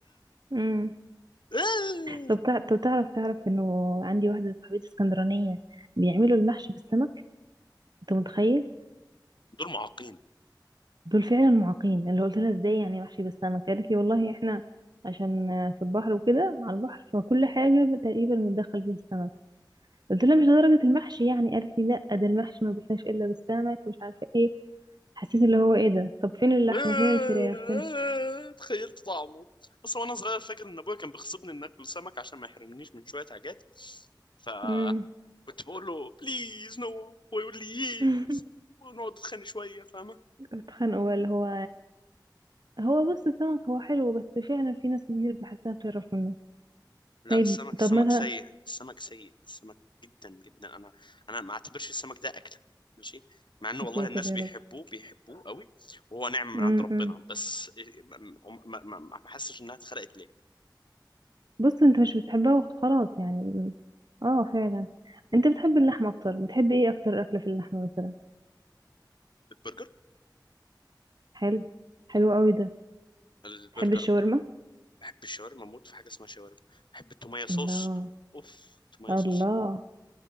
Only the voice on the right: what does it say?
امم
طب تع- طب تعرف تعرف انه عندي واحده صاحبتي اسكندرانيه بيعملوا المحشي بالسمك انت متخيل
دول فعلا معاقين اللي قلت لها ازاي يعني وحشي بالسمك قالت لي والله احنا عشان في البحر وكده على البحر فكل حاجة تقريبا متدخل فيها السمك قلت لها مش لدرجة المحشي يعني قالت لي لا ده المحشي ما بيحلاش الا بالسمك مش عارفة ايه حسيت اللي هو ايه ده طب فين
اللحمة فين الفراخ فين
امم
<laughs>
اتخانقوا بقى اللي هو هو بص السمك هو حلو بس فعلا في ناس كتير بحسها بتعرف منه
طيب
طب
مثلا
يا
ساتر
يا
رب
امم
بص انت مش بتحبها وخلاص يعني م- اه فعلا انت بتحب اللحمة اكتر بتحب ايه اكتر اكلة في اللحمة مثلا
حلو حلو قوي ده
تحب الشاورما
الله
الله